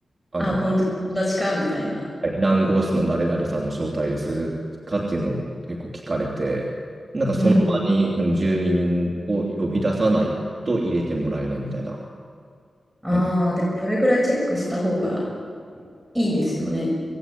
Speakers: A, on the right (about 35°); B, in the centre.
A: あの、
B: あ、本当友達か、みたいな。
A: はい何号室の誰々さんの招待ですかっていうのを結構聞かれて、なんかその場にうん住民を呼び出さないと入れてもらえないみたいな。
B: うん。ああ、
A: あ
B: で、それぐらいチェックした方がいいですよね。